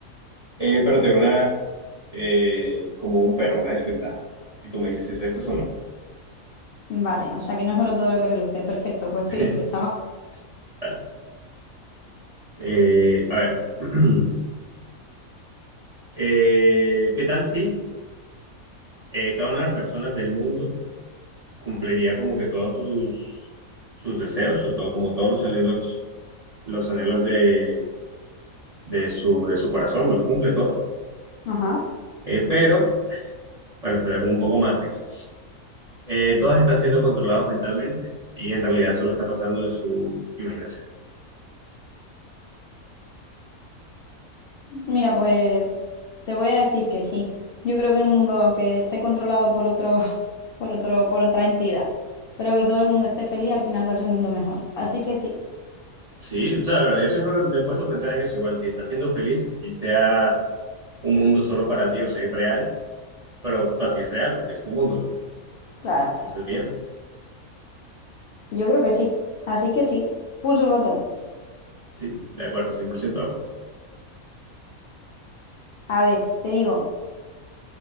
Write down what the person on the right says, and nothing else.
eh, pero te digo una, eh, como un pero, una desventaja. Y tú me dices si aceptas o no.
<laughs>
Vale. Eh, a ver, <clears throat> Eh, ¿qué tal si eh, cada una de las personas del mundo cumpliría como que todos sus, sus deseos o todo, como todos los anhelos, los anhelos de de su, de su corazón, los cumple todo.
Eh, pero, bueno, está como un poco Matrix. Eh, todas están siendo controladas mentalmente y en realidad solo está pasando en su imaginación.
Sí, o sea, la verdad, yo siempre me, me he puesto a pensar en eso. Igual, si estás siendo feliz, así sea un mundo solo para ti, o sea, irreal, pero para ti es real porque es tu mundo, ¿no?
Entonces, bien,
sí, de acuerdo, 100% de acuerdo.